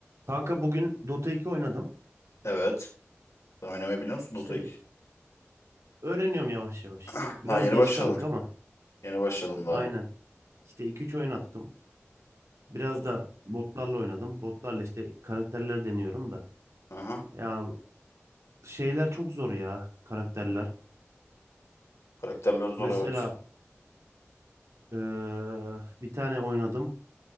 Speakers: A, on the right; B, on the left.
A: Kanka bugün Dota 2 oynadım.
B: Evet. Sen oynamayı biliyor musun
A: İşte
B: Dota 2?
A: öğreniyorum yavaş yavaş.
B: <clears throat>
A: Biraz
B: Ha yeni
A: geç
B: başladın.
A: kaldık ama
B: Yeni başladın daha.
A: aynen. İşte iki üç oyun attım. Biraz
B: Dota.
A: da botlarla oynadım. Botlarla işte karakterler deniyorum da.
B: Aha.
A: Ya şeyler çok zor ya karakterler.
B: Karakterler zor
A: Mesela
B: evet.
A: eee, bir tane oynadım.